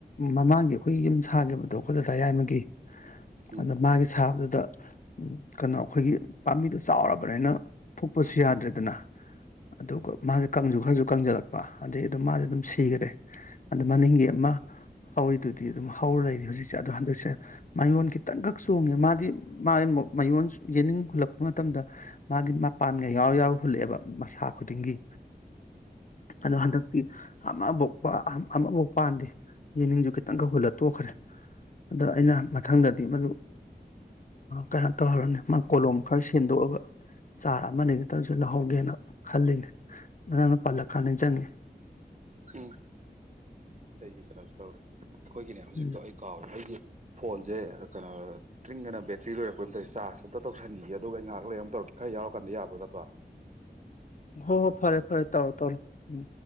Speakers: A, on the left; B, on the right.
A: ꯃꯃꯥꯡꯒꯤ ꯑꯩꯈꯣꯏꯒꯤ ꯌꯨꯝ ꯁꯥꯈꯤꯕꯗꯣ ꯑꯩꯈꯣꯏꯗ ꯗꯌꯥꯏꯃꯒꯤ
B: ꯎꯝ
A: ꯑꯗ ꯃꯥꯒꯤ ꯁꯥꯕꯗꯨꯗ ꯀꯩꯅꯣ ꯑꯩꯈꯣꯏꯒꯤ ꯕꯤꯗꯨꯣ ꯆꯥꯎꯔꯕ ꯀꯃꯥꯏꯅ ꯐꯨꯛꯄꯁꯨ ꯌꯥꯗ꯭ꯔꯦꯗꯅ ꯑꯗꯨꯒ ꯃꯥꯁ ꯀꯥꯡꯁꯨ ꯈꯔꯁꯨ ꯀꯪꯁꯤꯜꯂꯛꯄ ꯑꯗꯩ ꯑꯗꯨꯝ ꯃꯥꯁꯦ ꯑꯗꯨꯝ ꯁꯤꯈꯔꯦ ꯑꯗ ꯃꯅꯤꯡꯒꯤ ꯑꯃ ꯍꯧꯔꯤꯗꯨꯗꯤ ꯑꯗꯨꯝ ꯍꯧꯔ ꯂꯩꯔꯤ ꯍꯧꯖꯤꯛꯁꯦ ꯑꯗꯣ ꯍꯟꯗꯛꯁꯦ ꯃꯌꯣꯟ ꯈꯤꯇꯪꯈꯛ ꯆꯣꯡꯉꯦ ꯃꯥꯗꯤ ꯃꯥ ꯃꯌꯣꯟ ꯌꯦꯅꯤꯡ ꯍꯨꯜꯂꯛꯄ ꯃꯇꯝꯗ ꯃꯥꯗꯤ ꯃ ꯒ ꯌꯥꯎꯔ ꯌꯥꯎꯔ ꯍꯨꯜꯂꯛꯑꯦꯕ ꯃꯁꯥ ꯈꯨꯗꯤꯡꯒꯤ ꯑꯗꯣ ꯍꯟꯗꯛꯇꯤ ꯑꯃꯕꯨ ꯑꯃꯐꯥꯎ ꯄꯥꯟꯗꯦ ꯌꯦꯅꯤꯡꯁꯨ ꯈꯤꯇꯪꯒ ꯍꯨꯜꯂ ꯇꯣꯛꯈ꯭ꯔꯦ ꯑꯗꯣ ꯑꯩꯅ ꯃꯊꯪꯗꯗꯤ ꯃꯗꯨ ꯀꯩꯅꯣ ꯇꯧꯔꯅꯤ ꯃꯥ ꯀꯣꯂꯣꯝ ꯈꯔ ꯁ ꯁꯦꯝꯗꯣꯛꯑꯒ ꯆꯥꯔ ꯑꯃꯅꯤ ꯈꯛꯇꯪꯁꯨ ꯂꯧꯍꯧꯒꯦꯅ ꯈꯜꯂꯤꯅꯤ ꯅꯪꯅ ꯄꯜꯂꯀꯥꯟꯗ ꯆꯪꯉꯤ
B: ꯎꯝ ꯑꯩꯒꯤ ꯀꯩꯅꯣꯁꯨ ꯇꯧꯔꯦ ꯑꯩꯈꯣꯏꯒꯤꯅꯦ ꯍꯧꯖꯤꯛꯇꯣ
A: ꯎꯝ
B: ꯑꯩ ꯀꯥꯎꯔꯦ ꯑꯩꯗꯤ ꯐꯣꯟꯁꯦ ꯀꯩꯅꯣ ꯇ꯭ꯔꯤꯡꯉꯅ ꯕꯦꯇ꯭ꯔꯤ ꯂꯣꯏꯔꯛꯄꯩ ꯃ ꯆꯥꯔꯖ ꯑꯝꯇ ꯇꯧꯁꯟꯈꯤꯒꯦ ꯑꯗꯨꯒ ꯑꯩ ꯉꯥꯏꯍꯥꯛ ꯂꯩꯔꯨ ꯇꯧꯔꯛꯇꯦ ꯈꯔ ꯌꯥꯎꯔꯀꯥꯟꯗ ꯌꯥꯕ꯭ꯔꯥꯒꯠꯇ꯭ꯔꯣ
A: ꯍꯣ ꯍꯣ ꯐꯔꯦ ꯐꯔꯦ ꯇꯧꯔꯣ ꯇꯧꯔꯣ ꯎꯝ